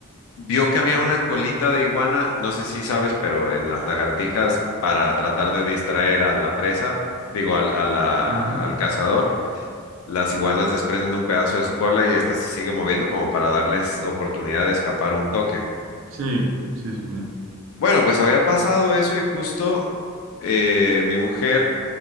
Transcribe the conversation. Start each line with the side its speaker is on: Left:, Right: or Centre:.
Left: vio que había una colita de iguana, no sé si sabes, pero en las lagartijas, para tratar de distraer a la presa, digo, al, a la-
Right: ujú.
Left: al cazador, las iguanas desprenden un pedazo de su cola y esta se sigue moviendo como para darles oportunidad de escapar un toque.
Right: Sí, sí, sí. sí.
Left: Bueno, pues había pasado eso y justo eh, mi mujer